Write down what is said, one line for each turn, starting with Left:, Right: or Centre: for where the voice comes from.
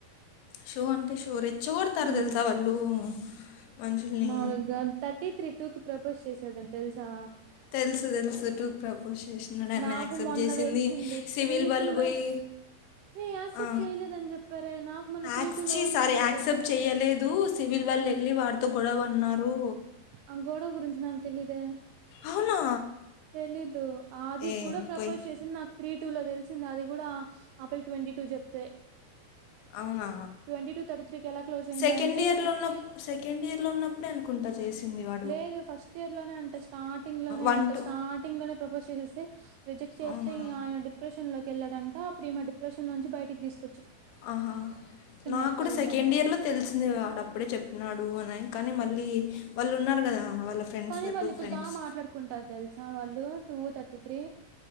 Left: షో అంటే షో రెచ్చ కొడ్తారు
Right: ఉమ్
Left: తెలుసా వాళ్ళు మనుషుల్ని
Right: మాములుగా థర్టీ త్రీ టూ కి ప్రపోజ్ చేసాడని తెలుసా
Left: తెలుసు తెలుసు టూ క్ ప్రపోజ్ చేసినాడు ఆమె
Right: నాకు
Left: యాక్సెప్ట్
Right: మొన్న
Left: చేసింది
Right: తెలిసింది
Left: సివిల్
Right: త్రీ
Left: వాళ్ళు
Right: టూ
Left: పోయి
Right: లో ఏ యాక్సెప్ట్
Left: అ
Right: చేయలేదని చెప్పారే నాకు మొన్న త్రీ
Left: అక్సీ
Right: టూ లో వరకు తెలీదు
Left: ఆక్సిప్ట్ చేయలేదు సివిల్ వాళ్ళేళ్ళి
Right: ఉమ్,
Left: వారితో గొడవ పడ్న్నారు
Right: ఆ గోడవ గురించి నాక్ తెలిదే
Left: అవునా
Right: తెలిదు అవది
Left: ఏ
Right: కూడా ప్రపోజ్
Left: పోయి
Right: చేసింద త్రీ టూ లో తెలిసింది అది కూడా ఆపిల్ ట్వంటీ టూ చెప్తే
Left: అవునా
Right: ట్వంటీ టూ థర్టీ త్రీకి ఎలా క్లోజ్ అయిందంటే
Left: సెకండ్ ఇయర్ లో ఉన్నప్ సెకండ్ ఇయర్ లో ఉన్నప్పుడే అనుకుంటా చేసింది వా
Right: లేదు ఫస్ట్ ఇయర్ లోనే అంట స్టార్టింగ్ లోనే
Left: వన్
Right: అంట
Left: టూ
Right: స్టార్టింగ్ లోనే ప్రపోజ్ చేసేసి రిజెక్ట్ చే చేస్తే
Left: అవునా
Right: ఆయన డిప్రెషన్ లోకి వెళ్లడంట అప్పుడు ఈమె డిప్రెషన్లోంచి బయకి తీసుక్
Left: ఆహా నాక్కుడా
Right: ఏర్పడిందంట
Left: సెకండ్ ఇయర్ లో తెలిసింది వాడప్పుడే చెప్పినాడు అని కానీ మళ్ళీ వాళ్ళు ఉన్నారు కదా వాళ్ళ ఫ్రెండ్స్
Right: కానీ వాళ్ళు
Left: టూ
Right: ఇప్పుడు
Left: ఫ్రెండ్స్
Right: బాగా మాట్లాడుకుంటారు తెలుసా వాళ్ళు టూ థర్టీ త్రీ